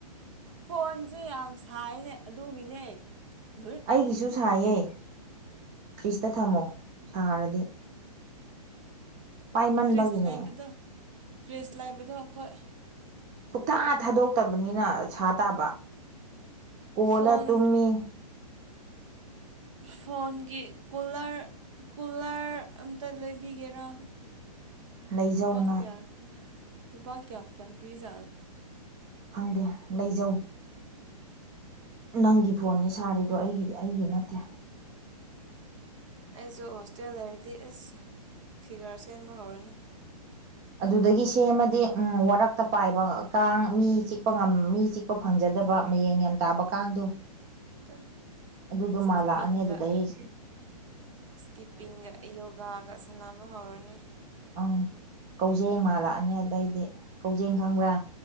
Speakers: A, on the right; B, on the right.
A: ꯐꯣꯟꯁꯦ ꯌꯥꯝ ꯁꯥꯏꯅꯦ ꯑꯗꯨꯒꯤꯅꯦ ꯎꯝ
B: ꯑꯩꯒꯤꯁꯨ ꯁꯥꯏꯌꯦ ꯐ꯭ꯔꯤꯖꯇ ꯊꯝꯃꯣ ꯁꯥꯔꯗꯤ ꯄꯥꯏꯃꯟꯕꯒꯤꯅꯦ
A: ꯐ꯭ꯔꯤꯖ ꯂꯩꯕꯗꯣ ꯐ꯭ꯔꯤꯖ ꯂꯩꯕꯗꯣ ꯑꯩꯈꯣꯏ
B: ꯁꯨꯛꯊꯥ ꯊꯥꯗꯣꯛꯇꯕꯅꯤꯅ ꯁꯥ ꯇꯥꯕ ꯀꯣꯂ
A: ꯐꯣꯟ
B: ꯇꯨꯃꯤ ꯎ
A: ꯐꯣꯟꯒꯤ ꯀꯨꯂꯔ ꯀꯨꯂꯔ ꯑꯝꯇ ꯂꯩꯕꯤꯒꯦꯔꯥ
B: ꯂꯩꯖꯧ
A: ꯄꯥ
B: ꯅꯪ
A: ꯀꯄꯥ ꯀꯌꯥ ꯀꯌꯥ ꯄꯤꯖꯥ
B: ꯈꯪꯗꯦ ꯂꯩꯖꯧ ꯅꯪꯒꯤ ꯐꯣꯟꯅꯤ ꯁꯥꯔꯤꯗꯣ ꯑꯩꯒꯤꯗꯤ ꯑꯩꯒꯤ ꯅꯠꯇꯦ
A: ꯑꯩꯁꯨ ꯍꯣꯁꯇꯦꯜ ꯂꯩꯔꯗꯤ ꯑꯦꯁ ꯐꯤꯒꯔ ꯁꯦꯝꯕ ꯍꯧꯔꯅꯤ
B: ꯑꯗꯨꯗꯒꯤ ꯁꯦꯝꯃꯗꯤ ꯎꯝ ꯋꯥꯔꯛꯇ ꯄꯥꯏꯕ ꯀꯥꯡ ꯃꯤ ꯆꯤꯛꯄꯝ ꯃꯤ ꯆꯤꯛꯄ ꯐꯪꯖꯗ ꯆꯗꯕ ꯃꯌꯦꯡ ꯌꯥꯝ ꯇꯥꯕ ꯀꯥꯡꯗꯨꯣ
A: ꯇꯠ
B: ꯑꯗꯨꯗꯣ
A: ꯏꯁꯀꯤꯞꯄꯤꯡꯒ
B: ꯃꯥꯜꯂꯛꯑꯅꯤ ꯑꯗꯨꯗ ꯑꯩ
A: ꯏꯁꯀꯤꯞꯄꯤꯡꯒ ꯌꯣꯒꯥꯒ ꯁꯥꯟꯅꯕ ꯍꯧꯔꯅꯤ
B: ꯑꯪ ꯀꯧꯖꯦꯡ ꯃꯥꯜꯂꯛꯑꯅꯤ ꯑꯗꯩꯗꯤ ꯀꯧꯖꯦꯡ ꯈꯪꯕ꯭ꯔꯥ